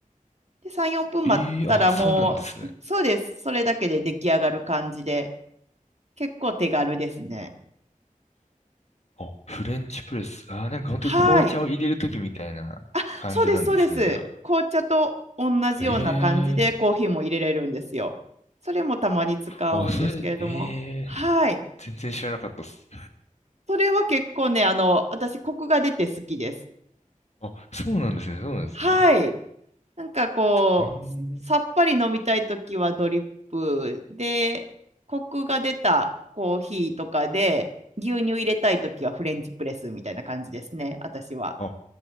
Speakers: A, on the right; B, on the left.
A: で、3、4分待ったらもう、
B: えあ、そうなんですね。
A: そうです。それだけで出来上がる感じで、結構手軽ですね。
B: あ、フレンチプレス。ああ、なんか本当に紅茶を入れるときみたいな感じなんですね、
A: はい。あ、そうです、そうです。
B: じゃ
A: 紅茶と同じような感じでコーヒーも入れれるんですよ。
B: あ。ええー
A: それもたまに使うんですけれども。
B: あ、それ、ええー
A: はい。
B: 全然知らなかったっす。
A: それは結構ね、あの、私、コクが出て好きです。
B: あ、そうなんですね、そうなんですね。
A: はい。なんかこう、
B: ええー
A: さっぱり飲みたいときはドリップで、コクが出たコーヒーとかで、牛乳入れたいときはフレンチプレスみたいな感じですね、私は。
B: あ、